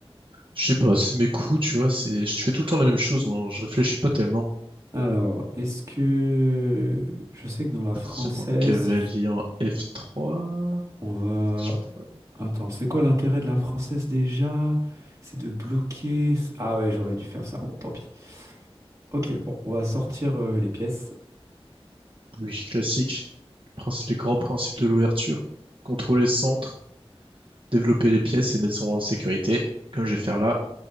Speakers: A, on the right; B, on the right.
A: je sais pas, c'est mes coups, tu vois. C'est, je fais tout le temps la même chose. Moi, je réfléchis pas tellement.
B: Alors, est-ce que... Je sais que dans la française,
A: Attention, mon cavalier
B: il f-
A: en F3.
B: on va...
A: Est-ce que je pourrais-
B: Attends, c'est quoi l'intérêt de la française déjà? C'est de bloquer. Ah ouais, j'aurais dû faire ça. Bon, tant pis. Ok, bon, on va sortir euh, les pièces.
A: Oui, classique. Le princi- Les grands principes de l'ouverture. Contrôler le centre, développer les pièces et mettre son roi en sécurité, comme je vais faire là,